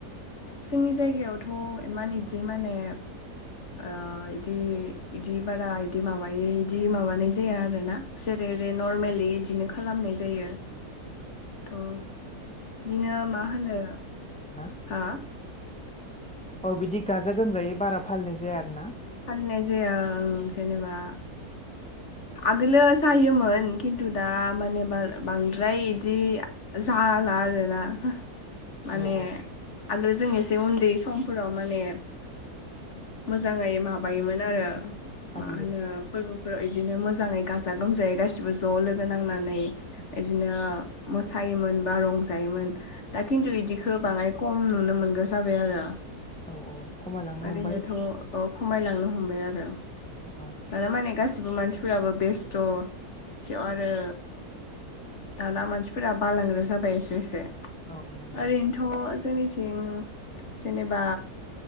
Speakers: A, on the left; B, in the centre.
A: जोंनि जायगायावथ' इमान इदि माने ओ इदि इदि बारा इदि माबायै इदि माबानाय जाया आरोना। जेरै एरै नरमलि इदिनो खालामनाय जायो। ओम, बिदिनो मा होनो
B: ना?
A: हा?
B: औ बिदि गाजा गोमजायै बारा फालिनाय जाया आरो ना?
A: फालिनाय जाया ओं ओं जेनेबा आगोलो जायोमोन खिन्थु दा माने बा-बांद्राय इदि जाला आरोना माने
B: औ औ
A: आगोल जों एसे उन्दै समफोराव माने मोजाङै माबायोमोन आरो
B: फालियो
A: मा होनो फोरबोफोराव बिदिनो मोजाङै गाजा गोमजायै गासिबो ज' लोगो नांनानै इदिनो मोसायोमोन बा रंजायोमोन। दा खिन्थु इदिखौ बाङाय खम नुनो मोनग्रा जाबाय आरो।
B: औ औ खमायलांनो
A: ओरैनोथ'
B: हमबाय
A: खमायलांनो हमबाय आरो।
B: अ औ
A: दाना माने गासिबो मानसिफोराबो बेस्थ' सेव आरो दाना मानसिफोरा बालांग्रो जाबाय एसे एसे
B: औ नंगौ
A: ओरैनो थ' जोंनिथिं जेनेबा